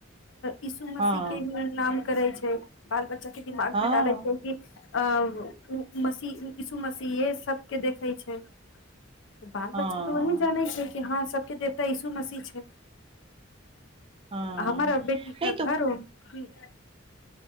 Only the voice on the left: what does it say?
यसु मसीहके
ही नाम करै छै बाल बच्चा के दिमागमे
डालै छै कि अब मशी इशु मसीहे सबके देखै छै तऽ बाल
बच्चा तऽ वही जानै छै कि हँ सब के देवता यीसू मसीह छै
हमर अभी ठीक ठाक
घर उ ह